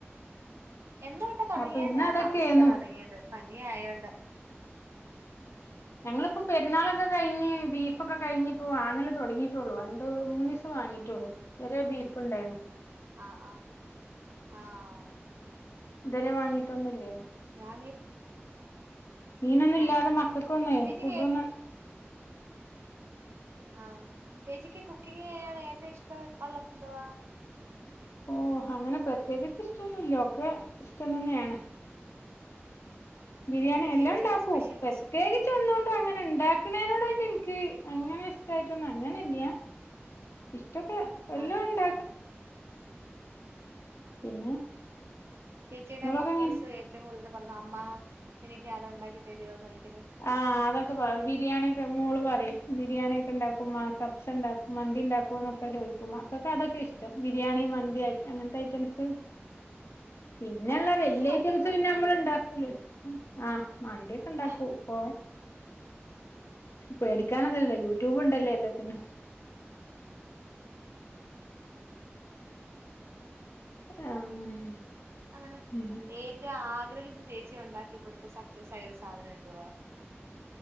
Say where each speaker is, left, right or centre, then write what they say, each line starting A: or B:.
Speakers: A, on the right; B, on the left.
A: എന്തോട്ടെ തുടങ്ങിയാ
B: അപ്പൊ ഇന്ന്
A: ഞാൻ
B: അതൊക്കെയാന്നു
A: അറിഞ്ഞില്ല തുടങ്ങിയത് പനിയ ആയോണ്ട്
B: ഞങ്ങളിപ്പോൊൾ പെരുന്നാളൊക്കെ കഴിഞ് ബീഫൊക്കെ കഴിഞ്ഞ് ഇപ്പോ വാങ്ങാല് തുടങ്ങീട്ടുള്ളു രണ്ട് മൂന്ന് ദിവസം വാങ്ങിട്ടുള്ളു ചെറ ബീഫ് ഇണ്ടായിരുന്നു
A: ആഹ് ആഹ് ആഹ്
B: ഇതുവരെ വാങ്ങീട്ടൊന്നല്ലേനു
A: ഞാനീ
B: മീനൊന്നും ഇല്ലാതെ
A: ആഹ്
B: മക്കൾക്കൊന്നേ
A: ചേച്ചിക്ക്
B: ഫുഡൊന്ന്
A: ആ ചേച്ചിക്ക് കുക്കിംഗൻ ഏറ്റ ഇഷ്ടം ഉള്ളത് ന്തുവാ
B: ഓ അങ്ങനെ പ്രത്യേകിച്ച് ഇഷ്ടൊന്നുമല്ല ഒക്കെ ഇഷ്ടം തന്നെയാണ് ബിരിയാണി
A: എന്നാലും
B: എല്ലാ
A: ചേച്ചിയുടെ
B: ണ്ടാക്കും
A: സ്പെഷ്യൽ
B: പ്രത്യേകിച്ച്
A: റെസിപ്പി
B: ഒന്നോ ണ്ടും അങ്ങനെ ഇണ്ടാക്കണേനോട് വെ ത്തിൻക്ക് അങ്ങനെ ഇഷ്ടായിട്ടൊന്നും അങ്ങനെല്ല്യാ ഇഷ്ടൊക്കെ എല്ലോം
A: ആഹ്
B: ണ്ട പിന്നെ
A: ചേച്ചിയുടെ
B: നിങ്ങളൊക്കെ
A: മക്കൾസ്
B: എങ്ങനെ
A: ഏറ്റവും കൂടുതൽ പറയുന്ന അമ്മ എനിക്ക് അതുണ്ടാക്കി തരോന്ന് ചോ
B: ആഹ് അതൊക്കെ പറ ബിരിയാണ്യൊക്കെ മോള് പറിം ബിരിയാണ്യെക്കെ ണ്ടാക്കുമ്മ കപ്സണ്ടാക്കും മന്തി ണ്ടാക്കോ ന്നൊക്കെ ചോയ്ക്കും മക്കക്ക അതൊക്കെ ഇഷ്ടം ബിരിയാണി, മ ന്തിയായിട്ട് അങ്ങൻത്തയ്റ്റംസ് പിന്നെള്ള
A: ആഹ്
B: വെല്ല്യ
A: ചേച്ചി മന്തിയൊക്കെ
B: ഐറ്റംസ്
A: വെക്കുവല്ലേ
B: പിന്നെ അമ്മള്ണ്ടാക്കൂ ലലോ ആഹ് മന്ത്യൊക്കെ ണ്ടാക്കും.
A: ആ
B: എ പേടിക്കാനൊന്നൂല്ലല്ലോ യൂട്യൂബ് ണ്ടല്ലേ എല്ലാത്തിനും ആഹ്
A: അങ്ങനെ
B: ഉം
A: ഏറ്റവും ആഗ്രഹിച്ചു ചേച്ചി ഉണ്ടാക്കി കൊടുത്ത സ സ സൈൽ സാധനം എന്തുവാ?